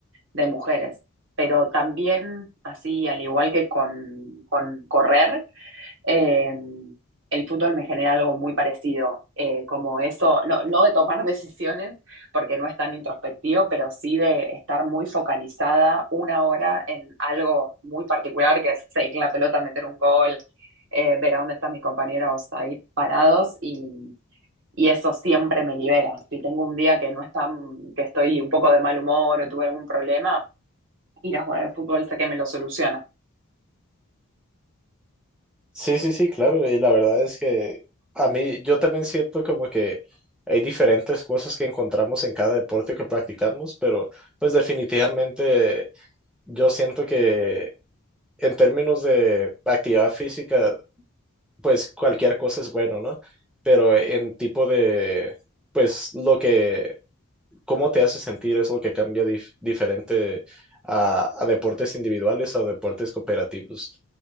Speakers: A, on the right (about 55°); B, in the centre.
A: de mujeres. Pero también, así, al igual que con, con correr, eh, el fútbol me genera algo muy parecido, eh, como eso, no, no de tomar <laughs> decisiones, porque no es tan introspectivo, pero sí de estar muy focalizada una hora en algo muy particular, que es seguir la pelota, meter un gol, eh, ver a dónde están mis compañeros ahí parados y, y eso siempre me libera. Si tengo un día que no está, que estoy un poco de mal humor o tuve algún problema, ir a jugar al fútbol hasta que me lo soluciona.
B: Sí, sí, sí, claro. Y la verdad es que a mí, yo también siento como que hay diferentes cosas que encontramos en cada deporte que practicamos, pero pues definitivamente yo siento que en términos de actividad física, pues cualquier cosa es bueno, ¿no? Pero en tipo de, pues lo que cómo te hace sentir es lo que cambia dif- diferente a, a deportes individuales o deportes cooperativos.